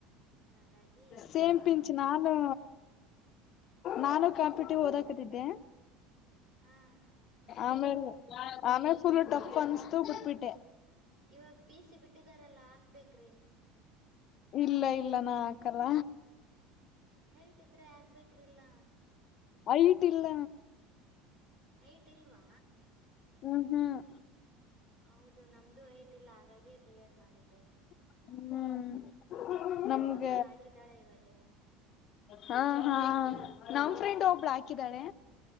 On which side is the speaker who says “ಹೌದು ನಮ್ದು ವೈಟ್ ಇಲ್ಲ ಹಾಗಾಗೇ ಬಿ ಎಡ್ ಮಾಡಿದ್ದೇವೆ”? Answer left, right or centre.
Right